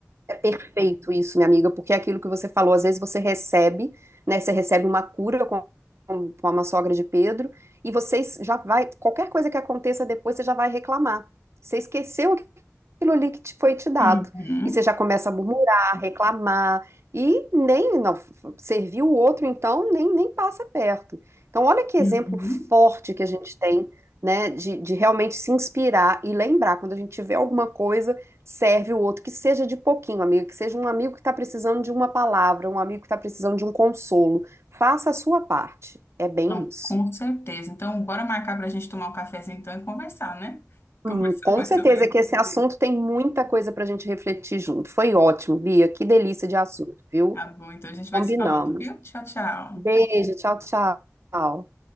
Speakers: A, on the right (about 55°); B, on the left (about 55°).
A: É perfeito isso, minha amiga, porque é aquilo que você falou, às vezes você recebe, né? Você recebe uma cura com, com com uma sogra de Pedro, e vocês já vai, qualquer coisa que aconteça depois, você já vai reclamar. Você esqueceu aquilo ali que te foi te dado.
B: Uhum,
A: E você já começa a murmurar, reclamar, e nem, não, f- f- serviu o outro, então nem, nem passa perto. Então, olha que exemplo
B: uhum.
A: forte que a gente tem, né, de, de realmente se inspirar e lembrar, quando a gente tiver alguma coisa, serve o outro, que seja de pouquinho, amigo, que seja um amigo que está precisando de uma palavra, um amigo que está precisando de um consolo. Faça a sua parte. É bem
B: Não,
A: isso.
B: com certeza. Então, bora marcar para a gente tomar um cafezinho então e conversar, né? <laughs> Conversar
A: Hum, com
B: mais
A: certeza
B: sobre.
A: que esse assunto tem muita coisa para a gente refletir junto. Foi ótimo, Bia. Que delícia de assunto, viu?
B: Tá bom, então a gente vai
A: Combinamos.
B: se falando, viu? Tchau, tchau.
A: Beijo, tchau, tchau.